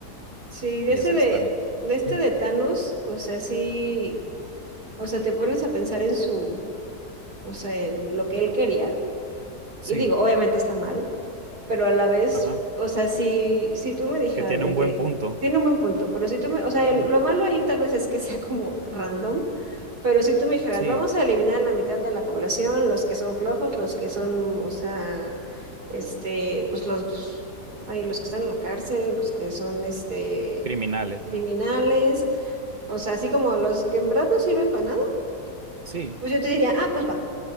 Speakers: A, on the right; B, on the right.
A: Sí,
B: que
A: de ese
B: ya se
A: de,
B: están...
A: de este
B: <clears throat>
A: de Thanos, o sea, sí, O sea, te pones a pensar en su, o sea, en lo que él quería.
B: Sí,
A: Y digo, obviamente está mal, pero a la vez,
B: ajá,
A: o sea, si, si tú me dijeras
B: que tiene
A: de
B: un
A: que
B: buen punto.
A: tiene un buen punto, pero si tú me, o sea, el-
B: Sí,
A: lo malo ahí tal vez es que <laughs> sea como random, pero si tú me dijeras,
B: sí,
A: vamos a eliminar la mitad de la población, los que son flojos, los que son, o sea, este, pues los, ay, los que están en la cárcel, los que son, este,
B: criminales,
A: criminales,
B: ¿no?
A: o sea, así como los que en verdad no sirven para nada
B: Sí,
A: pues yo te diría, ah, pues va.